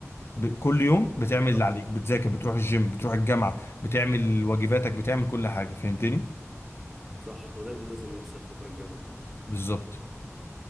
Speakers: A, on the left (about 50°); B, in the centre.
A: ب- كل يوم بتعمل
B: بالظبط
A: اللي عليك بتذاكر بتروح الجيم بتروح الجامعة بتعمل واجباتك بتعمل كل حاجة فهمتني
B: صح وده اللي لازم يحصل الفترة الجاية والله
A: بالظبط